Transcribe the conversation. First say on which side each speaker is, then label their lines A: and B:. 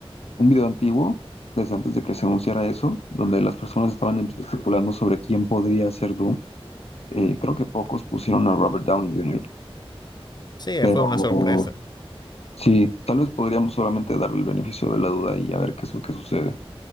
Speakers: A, on the left; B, on the left.
A: un video antiguo, desde antes de que se anunciara eso, donde las personas estaban especulando sobre quién podría ser Doom. Eh, creo que pocos pusieron a Robert Downey Jr.,
B: Sí,
A: pero
B: fue una sorpresa.
A: sí, tal vez podríamos solamente darle el beneficio de la duda y a ver qué es lo que sucede.